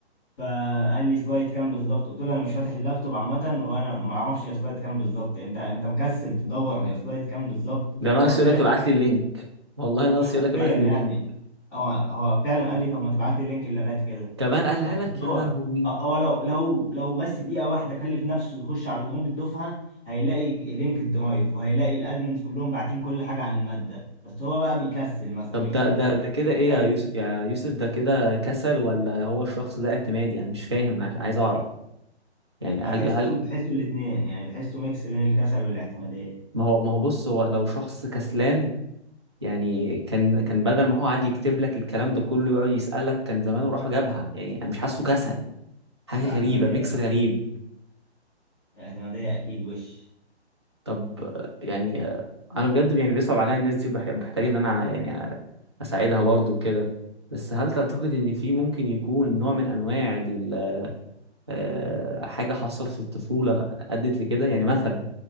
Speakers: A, on the left (about 30°); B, on the right (about 25°).
A: فقال لي سلايد كام بالظبط قلت له انا مش فاتح اللابتوب عامه وانا ما اعرفش هي سلايد كام بالظبط انت انت مكسل تدور هي سلايد كام بالظبط
B: ده ناقص
A: انا قلت
B: يقول
A: لك
B: لك ابعت لي اللينك والله ناقص
A: حرفيا
B: يقول لك ابعت
A: يعني
B: لي اللينك
A: هو هو فعلا قال لي طب ما تبعت لي لينك اللغات كده
B: كمان
A: طب ما-
B: قالها
A: طب
B: لك يا
A: هو
B: لهوي
A: هو لو لو لو بس دقيقة واحدة كلف نفسه يخش على جروب الدفعة هيلاقي لينك الدرايف وهيلاقي الادمنز كلهم باعتين كل حاجة عن المادة بس هو بقى بيكسل مثلا
B: طب
A: يكون
B: ده ده
A: فاتح
B: ده كده ايه
A: بتاعي
B: يا يوسف يا يوسف ده كده كسل ولا هو الشخص ده اعتمادي يعني مش فاهم عايز عايز اعرف يعني
A: بحسه
B: هل هل
A: بحسه الاثنين يعني بحسه ميكس بين الكسل والاعتمادية
B: ما هو ما هو بص هو لو شخص كسلان يعني كان كان بدل ما هو قاعد يكتب لك الكلام ده كله يقعد يسألك كان زمانه راح جابها يعني انا مش حاسه كسل حاجة
A: يبقى اعتمادية
B: غريبة ميكس
A: بقى
B: غريب
A: اعتمادية اكيد وش
B: طب آه، يعني آه، انا بجد يعني بيصعب عليا الناس دي وبحتاج ان انا يعني اساعدها برضو كده بس هل تعتقد ان في ممكن يكون نوع من انواع ال- آه، حاجة حصلت في الطفولة ادت لكده يعني مثلا